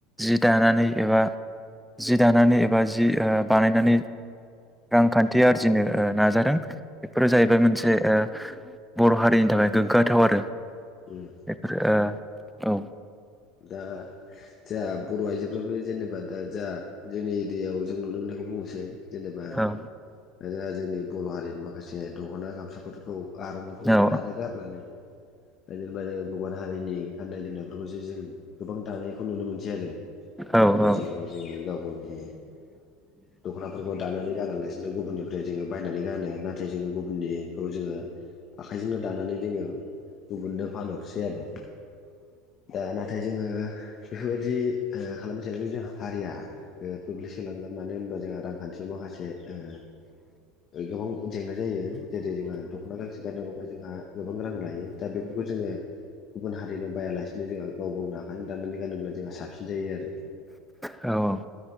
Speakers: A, in the centre; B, on the left (about 40°).
A: जि दानानै एबा जि दानानै एबा जि ओ बानायनानै रांखान्थि आरजिनो ओ नाजादों बेफोरो जाहैबाय मोनसे ओ बर' हारिनि थाखाय गोग्गाथाव आरो
B: उम
A: बेफोरो ओ औ
B: दा जा बर' आइजोफोराबो जेनेबा दा जा जोंनि एरियायाव जों नुनो मोननायखौ बुंनोसै जेनेबा
A: औ
B: जोंहा जोंनि बर हारिनि माखासे दख'ना गामसाफोरखौ आर'नाइफोरखौ
A: औ
B: दानो गारनानै दा जेनेबा जोङो गुबुन हारिनि ओंखारनाय जेनेबा बेफोरखौसो जों गोबां दानायखौ नुनो मोनसै आरो
A: औ
B: दा
A: औ
B: जेरावहाय जोङो गाव गावनि दख'नाफोरखौ दानानै गानालासिनो गुबुननिफ्राय जोङो बायनानै गानो नाथाय जोङो गुबुननिखौ जोङो आखाइजोंनो दानानै जोङो गुबुननो फानहरसै आरो दाना नाथाय जोङो बेफोरबायदि खालामबाय थ जोंहा हारिया गोग्लैसोलांगोन मानो होनोबा जोंहा रांखान्थियाव माखासे ओ गोबां जेंना जायो जेरै जोंहा दख'ना गांसे बायनांगौबा जोंहा गोबां रां लायो दा बेफोरखौ जोङो गुबुन हारिनाव बायालासिनो जोंहा गावनो आखायदों दाननानै गानोब्ला जोंहा साबसिन जायो आरो।
A: औ